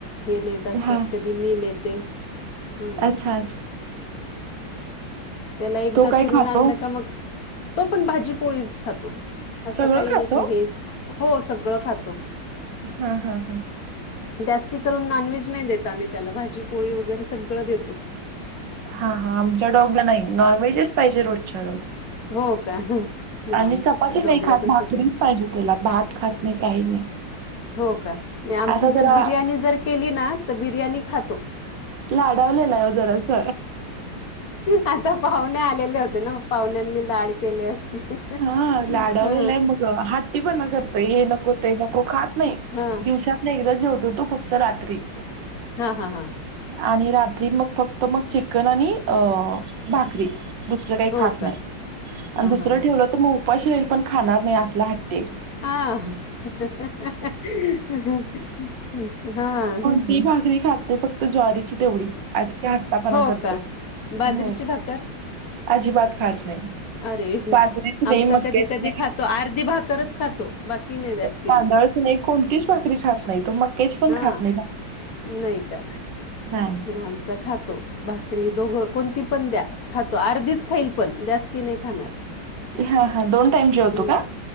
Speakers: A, on the left (about 50°); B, on the right (about 65°).
A: हे नेत असतात,
B: हा हा
A: कधी मी नेते. हा
B: अच्छा. अच्
A: त्याला एकदा
B: तो काय
A: फिरून
B: खातो
A: आणला का मग, तो पण भाजी पोळीच खातो. असं
B: सगळं
A: काही नाही
B: खातो
A: की हेच, हो सगळं खातो.
B: हा, हा, हा.
A: जास्ती करून नॉन-व्हेज नाही देत आम्ही त्याला, भाजी- पोळी वगैरे सगळं देतो.
B: हा, हा आमच्या डॉगला नाही, नॉन- व्हेजच पाहिजे रोजच्या रोज.
A: हो का, नाही
B: आणि
A: आमच्या
B: चपाती
A: डॉगला
B: नाही खात,
A: तस
B: भाकरीच
A: काय.
B: पाहिजे त्येला भात खात नाही, काही नाही.
A: हो का नाही आमच
B: असा
A: जर
B: जरा
A: बिर्याणी जर केली ना, तर बिर्याणी खातो.
B: लाडावलेला हो जरास.
A: आता पाहुणे आलेले होते ना, पाहुण्यांनी लाड केले असतील
B: हा लाडवलेला
A: हा
B: हाय, मग हट्टी पणा करतय, हे नको ते नको खात नाही.
A: हा.
B: दिवसातन एकदा जेवतो तो फक्त रात्री..
A: हा, हा, हा.
B: आणि रात्री मग फक्त मग चिकन आणि अ भाकरी दुसरं काही
A: हो
B: खात
A: का
B: नाही आणि
A: हा
B: दुसरं
A: हा हा
B: ठेवलं तर मग उपाशी राईल पण खाणार नाही. असल हट्टी हाय.
A: <unintelligible>
B: ही भाकरी खात नाही, फक्त ज्वारीची तेवढीच. आज. किती हट्टपणा
A: हो
B: करतोय
A: का बाजरीची
B: हो.
A: भाकर
B: अजिबात खात नाही बाजरी
A: अरे
B: बाजरीची
A: आमचा
B: नाही, मक्याची
A: कधी कधी
B: नाही,
A: खातो अर्धी भाकरच खातो बाकी नाही जास्ती
B: तांदळाची
A: मग
B: नाही, कोणतीच भाकरी खात नाही तो मक्याची पण
A: हा
B: खात नाही ना.
A: नाही का?
B: नाही.
A: आमचा खातो भाकरी दोघं कोणती पण द्या. खातो, अर्धीच खाईल पण जास्ती नाही खाणार.
B: हा हा दोन टाईम जेवतो
A: हम्म
B: का?